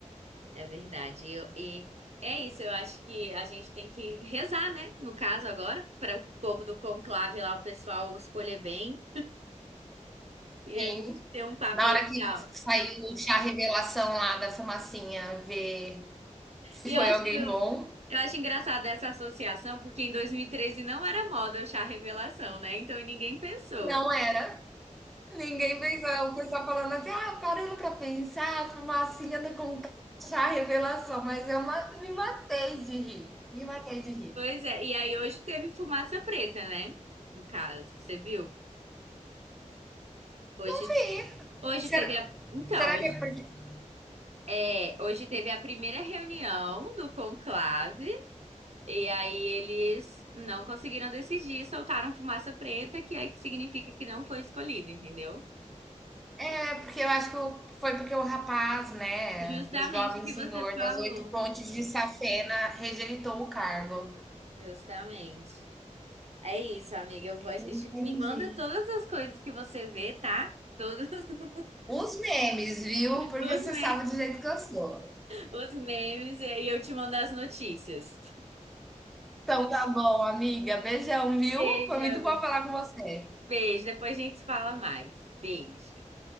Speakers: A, on the right; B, in the centre.
A: É verdade. E, eu- e é isso, eu acho que a gente tem que rezar, né? No caso agora, para o povo do conclave lá, o pessoal escolher bem e
B: Sim.
A: a gente ter um papo
B: Na
A: legal.
B: hora que saiu o chá revelação lá da fumacinha, ver Se
A: E eu
B: foi
A: acho,
B: alguém bom,
A: eu acho engraçado essa associação, porque em 2013 não era moda o chá revelação, né? Então ninguém pensou.
B: não era. Ninguém pensou, o pessoal falando assim, ah, parando pra pensar, a fumacinha do concurso, revelação, mas eu ma- me matei de rir, me matei de rir.
A: Pois é, e aí hoje teve fumaça preta, né? No caso, você viu? Hoje,
B: Fih,
A: hoje
B: será,
A: teve a... Então,
B: será
A: hoje,
B: que é porque...
A: é, hoje teve a primeira reunião do conclave E aí eles não conseguiram decidir, soltaram fumaça preta, que é que significa que não foi escolhido, entendeu?
B: É, porque eu acho que foi porque o rapaz, né,
A: Justamente
B: o jovem
A: o que
B: senhor
A: você falou.
B: das oito pontes de Safena rejeitou o cargo.
A: Justamente. É isso, amiga. Eu vou... a gente-
B: Entendi.
A: Me manda todas as coisas que você vê, tá? Todos <laughs>
B: Os memes, viu? Porque
A: os
B: você
A: me-
B: sabe do jeito que eu sou.
A: os memes, e aí eu te mando as notícias.
B: Então tá bom, amiga. Beijão, viu?
A: <laughs> Beijo,
B: Foi muito
A: amiga.
B: bom falar com você.
A: Beijo. Depois a gente se fala mais. Beijo.